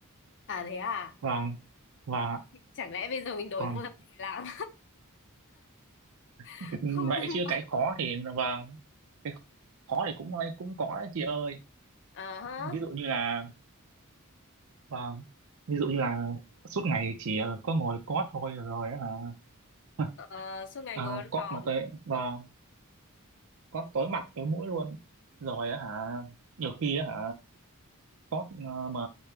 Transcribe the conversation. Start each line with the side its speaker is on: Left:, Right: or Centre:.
Left: À thế à?
Right: vâng và
Left: Chẳng lẽ bây giờ mình đổi
Right: còn
Left: sang lập trình làm? <laughs>
Right: <laughs>
Left: Không
Right: vậy
Left: đúng.
Right: chứ cái khó thì vâng cái khó thì cũng cũng có đấy chị ơi
Left: À ha.
Right: ví dụ như là vâng ví dụ như là suốt ngày chỉ ờ, có ngồi cót thôi rồi á hả <laughs>
Left: Ờ, suốt ngày
Right: à,
Left: ngồi văn
Right: cót
Left: phòng
Right: mà tới vâng cót tối mặt tối mũi luôn rồi á hả nhiều khi á hả cót ờ, mà